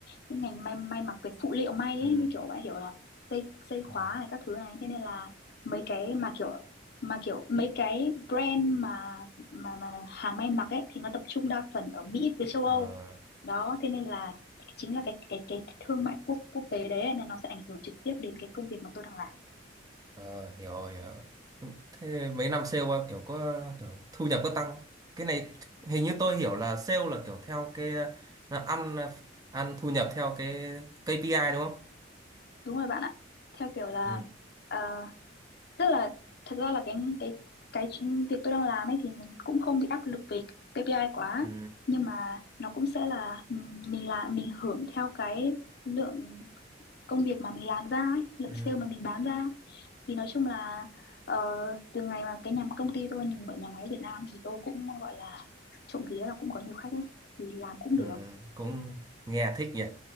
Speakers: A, on the left (about 55°); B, on the right (about 20°).
A: những ngành may may mặc cái phụ liệu may ấy
B: Ừ.
A: như kiểu bạn hiểu là dây dây khóa
B: ừ,
A: này các thứ này thế nên là mấy cái mà kiểu mà kiểu mấy cái brand mà mà mà hàng may mặc ấy thì nó tập trung đa phần ở Mỹ với châu
B: Ờ,
A: Âu. Đó, thế nên là chính là cái cái cái thương mại quốc quốc tế đấy ấy, nên nó sẽ ảnh hưởng trực tiếp đến cái công việc mà tôi đang làm.
B: ờ, hiểu rồi, hiểu rồi. Ừ, Thế mấy năm sale qua kiểu có kiểu thu nhập có tăng. Cái này hình như tôi hiểu là sale là kiểu theo cái là ăn ờ, ăn thu nhập theo cái KPI đúng không?
A: Đúng rồi bạn ạ. Theo kiểu là
B: Ừ.
A: ờ, tức là thật ra là cái cái cái chuyện- việc tôi đang làm ấy thì mình cũng không bị áp lực về KPI quá
B: Ừ.
A: nhưng mà nó cũng sẽ là mình mình là mình hưởng theo cái lượng công việc mà mình làm ra ấy, lượng
B: Ừ.
A: sale mà mình bán ra thì nói chung là ờ, từ ngày mà cái nhà công ty tôi mở nhà máy ở Việt Nam thì tôi cũng gọi là trộm vía là cũng có nhiều khách ấy, thì làm cũng được
B: Ừ. Cũng nghe thích nhỉ.